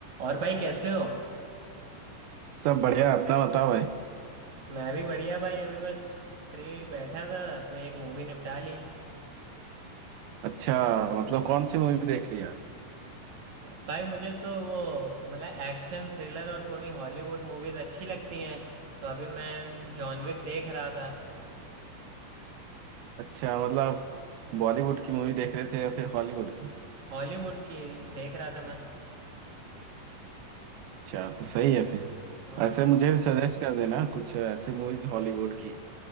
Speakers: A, on the right (about 50°); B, on the right (about 80°).
A: और भाई कैसे हो
B: सब बढ़िया अपना बताओ भाई
A: मैं भी बढ़िया भाई अभी बस फ्री बैठा था तो एक मूवी निपटा ली
B: अच्छा मतलब कौन सी मूवी देख लिया
A: भाई मुझे तो वो मतलब एक्शन थ्रिलर और थोड़ी हॉलीवुड मूवीज अच्छी लगती हैं तो अभी मैं जॉन विक देख रहा था
B: अच्छा मतलब बॉलीवुड की मूवी देख रहे थे या फिर हॉलीवुड की
A: हॉलीवुड की देख रहा था मैं
B: अच्छा तो सही है फिर
A: हाँ
B: वैसे मुझे भी सजेस्ट कर देना कुछ ऐसी मूवीज हॉलीवुड की